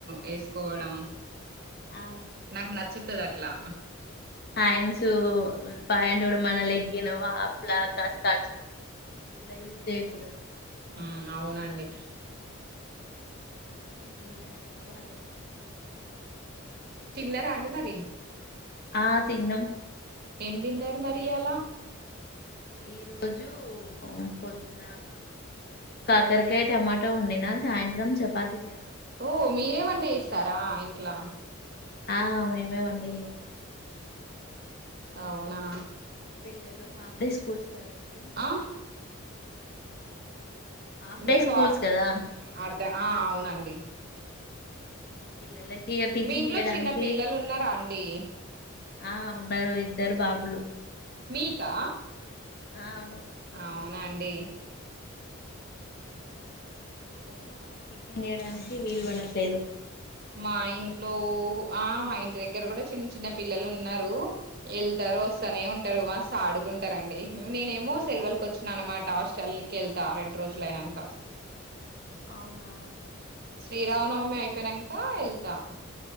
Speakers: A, on the right; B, on the left.
A: వేసుకోవడం
B: ఆ
A: నాకు నచ్చుతది అట్లా
B: హ్యడ్స్ పండు మన లెగ్ హఫ్ అ యూస్ చేయ్యకూడదు ఇ
A: హమ్ అవునండి
B: మొత్తం ఫల్ స్కోల
A: తిన్నారా అండి మరి
B: ఆ తిన్నం
A: ఏం తిన్నార్ మరి ఇయ్యల
B: ఈ రోజు ఊ పొద్దున కాకరకాయ టమాటా వండినా సాయంత్రం చపాతి చేయాలి
A: ఓ మీరే వంట్ చెస్ తర ఇంట్లా
B: ఆ మేమే వంట చేస్తం
A: అవునా
B: పిల్లలు ఆఫ్ డే స్కూల్స్ కదా ఇప్పుడు
A: ఆ
B: హాఫ్
A: మీ
B: డే స్కూల్స్
A: వా
B: కదా
A: అర్ధా ఆ అవునండి
B: ఆ పిల్లలే ఇగ టిఫిన్
A: మీ ఇంట్లో
B: చేయడానికి
A: చిన్న పిల్లలు ఉన్నారా అండి
B: ఆ ఉన్నారు ఇద్దరు బాబులు
A: మీకా
B: ఆ అవును
A: అవునం ఎ
B: వాళ్ళు స్కూల్ కెళ్తార్ ఆ టిఫిన్ చేేయడానికి వీలు పడట్లేదు
A: మా ఇంటిక్ లో ఆ మా ఇంటి దగ్గర కూడా చిన్న చిన్న పిల్లలు ఉన్నారు వెళ్తారు వస్తానే ఉంటారు మాస్త ఆడుకుంటారుండి నేనేమో సెల్ వాల్ కు వచ్చినా అనమాట హాస్టల్కి వెళ్తా రెండు రోజులు అయినంక
B: అవునా
A: శ్రీరామనవమి అయిపోనాక ఏళ్తా